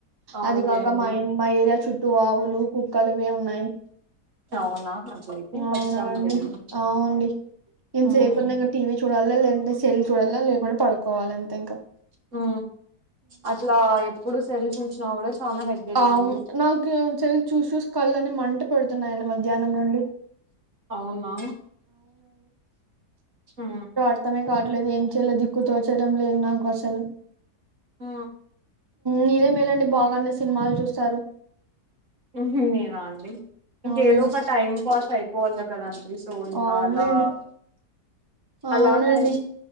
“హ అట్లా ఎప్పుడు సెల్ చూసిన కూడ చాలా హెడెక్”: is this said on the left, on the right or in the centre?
Right